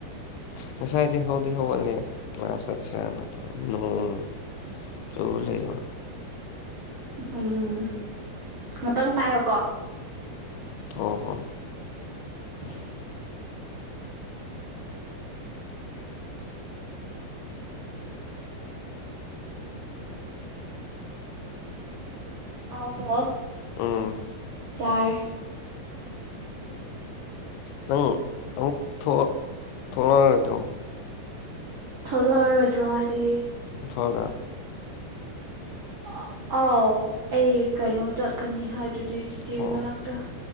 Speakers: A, on the left; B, on the right.
A: ꯉꯁꯥꯏꯗꯤ ꯍꯧꯗꯤ ꯍꯧꯒꯠꯂꯦ ꯀ꯭ꯂꯥꯁ ꯆꯠꯁꯤꯔꯥꯅ ꯅꯣꯡ ꯆꯨ ꯂꯩꯕ
B: ꯎꯝ ꯉꯥꯇꯪ ꯄꯥꯏꯌꯣꯀꯣ
A: ꯍꯣ ꯍꯣ
B: <inaudible> ꯑꯥꯎ ꯍꯜꯂꯣ
A: ꯎꯝ
B: ꯌꯥꯔꯦ
A: ꯅꯪ ꯑꯃꯨꯛ ꯊꯣꯛ ꯊꯣꯛꯂꯛꯑꯔꯣꯏꯗ꯭ꯔꯣ
B: ꯊꯣꯛꯂꯛꯑꯔꯣꯏꯗ꯭ꯔꯣ ꯍꯥꯏꯗꯤ
A: ꯐꯧ ꯂ
B: ꯑ ꯑꯥꯎ ꯑꯩ ꯀꯩꯅꯣ ꯆꯠꯀꯅꯤ ꯍꯥꯏꯗꯨꯗꯤ ꯆꯤꯆꯦ
A: ꯑꯣ
B: ꯃꯅꯥꯛꯇ
A: ꯑꯣ